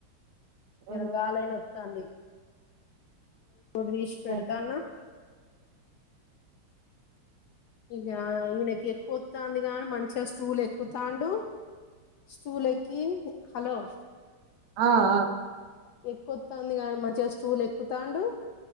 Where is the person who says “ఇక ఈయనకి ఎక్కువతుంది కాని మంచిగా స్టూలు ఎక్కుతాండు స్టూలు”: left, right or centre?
Left